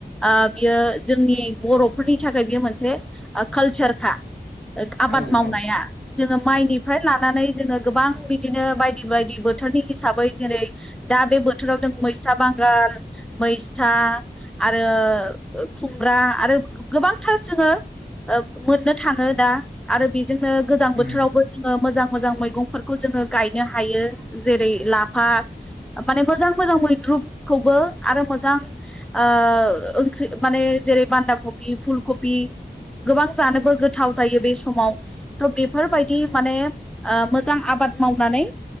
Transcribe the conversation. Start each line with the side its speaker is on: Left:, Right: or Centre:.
Centre: ओ बियो जोंनि बर'फोरनि थाखाय बियो मोनसे कालचारखा आबाद
Right: औ
Centre: मावनाया।
Right: औ
Centre: जोङो माइनिफ्राय
Right: औ
Centre: लानानै जोङो गोबां बिदिनो बाय दि बायदि बोथोरनि हिसाबै जेरै दा बे बोथोराव दों मैस्था बांगाल, मै स्था आरो खुमब्रा आरो गोबांथार जोङो मोननो थाङो दा आरो बेजोंनो गोजां
Right: उम
Centre: बोथोरावबो जोङो मोजां मोजां मैगंफोरखौ जोङो गायनो हायो जेरै- लाफा माने मोजां मोजां मैद्रुखौबो आरो मोजां ओ ओंख्रि माने <inaudible> बान्दााखपि, फुलकपि गोबां जानोबो गोथाव जायो बे समाव, थ' बेफोरबायदि माने ओ मोजां आबाद आबाद मावनानै